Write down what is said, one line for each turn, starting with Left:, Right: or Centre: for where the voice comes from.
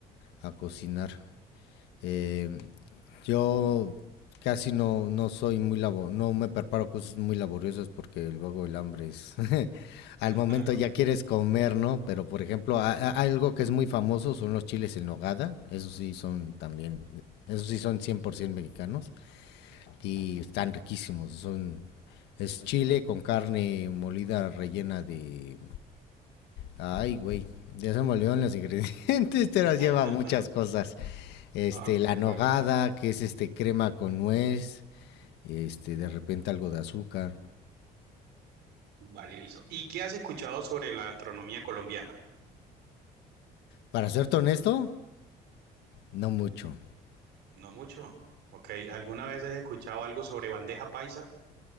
Left: a cocinar. Eh, Yo casi no, no soy muy labo, no me preparo cosas muy laboriosas porque luego el hambre es <laughs> al
Right: <laughs>
Left: momento
Right: Ok.
Left: ya quieres comer, ¿no? Pero por ejemplo, a- a- algo que es muy famoso son los chiles en nogada, esos sí son también, esos sí son 100% mexicanos y están riquísimos, son es chile con carne molida rellena de ay, güey, ya se me olvidaron los ingredientes, <laughs> pero
Right: <laughs>
Left: lleva muchas cosas. Este,
Right: Ok,
Left: la nogada,
Right: vale.
Left: que es este crema con nuez, este, de repente algo de azúcar.
Right: Vale, listo. ¿Y qué has escuchado sobre la gastronomía colombiana?
Left: Para serte honesto, no mucho,
Right: No mucho. Ok, ¿alguna vez has escuchado algo sobre bandeja paisa?